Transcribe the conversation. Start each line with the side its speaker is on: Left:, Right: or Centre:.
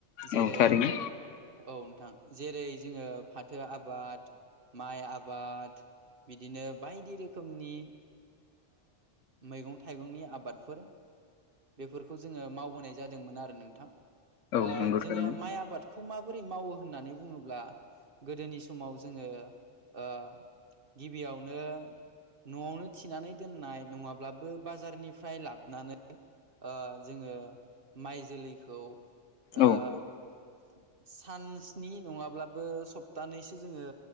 Right: जेरै
Left: औ थारैनो
Right: औ नोंथां जेरै जोङो फाथो आबाद, माइ आबाद बिदिनो बायदि रोखोमनि मैगं थाइगंनि आबादफोर बेफोरखौ जोङो मावबोनाय जादोंमोन आरो नोंथां
Left: औ
Right: ओ
Left: नंगौ
Right: जोङो
Left: थारैनो
Right: माइ आबाद खौ माबोरै मावो होननानै बुङोब्ला गोदोनि समाव जोङो ओ गिबियावनो न'आवनो थिनानै दोननाय नङाब्लाबो बाजारनिफ्राय लाबो नानै ओ जोङो माइ जोलैखौ ओ <unintelligible>
Left: औ
Right: सान स्नि नङाब्लाबो सप्तानैसो जोङो